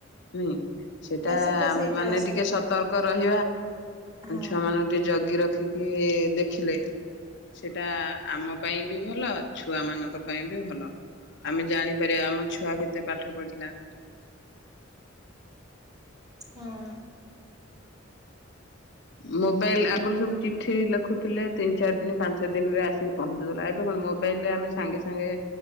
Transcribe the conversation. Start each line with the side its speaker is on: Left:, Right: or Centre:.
Left: ନାଇଁ ସେଇଟା
Right: ବେଶୀ ତ
Left: ଆମେ
Right: ସେଇଟା
Left: ମାନେ
Right: ଅସୁବିଧା।
Left: ଟିକେ ସତର୍କ ରହିବା ଆଉ
Right: ହଁ।
Left: ଛୁଆ ମାନଙ୍କୁ ଟିକେ ଜଗି ରଖି କି ଦେଖିଲେ ସେଟା ଆମ ପାଇଁ ବି ଭଲ ଛୁଆ ମାନଙ୍କ ପାଇଁ ବି ଭଲ ଆମେ ଜାଣିପାରିବା ଆମ ଛୁଆ କେତେ ପାଠ ପଢ଼ିଲା
Right: ହଁ
Left: ମୋବାଇଲ ଆଗରୁ ସବୁ ଚିଠି ଲେଖୁଥିଲେ ତିନି ଚାରି ଦିନ ପାଞ୍ଚ ଦିନରେ ଆସିକି ପହଞ୍ଚୁଥିଲା ଏବେ କଣ ମୋବାଇଲରେ ଆମେ ସାଙ୍ଗେ ସାଙ୍ଗେ